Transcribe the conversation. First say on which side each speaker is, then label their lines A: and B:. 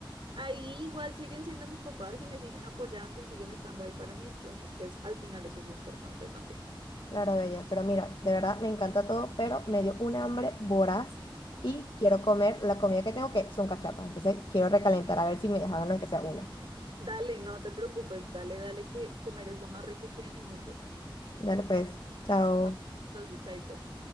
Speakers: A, on the right; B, on the left.
A: Ahí igual siguen siendo mis papás y me siguen apoyando y siguen estando ahí para mí, entonces pues al final eso es lo importante también.
B: Claro, Bella, pero mira, de verdad me encanta todo, pero me dio un hambre voraz y quiero comer la comida que tengo, que son cachapas. Entonces quiero recalentar a ver si me dejaron aunque sea una.
A: Dale, no te preocupes, dale, dale que comer es lo más rico que hay en el mundo.
B: Dale pues, chao.
A: Ah, Entonces, chaito.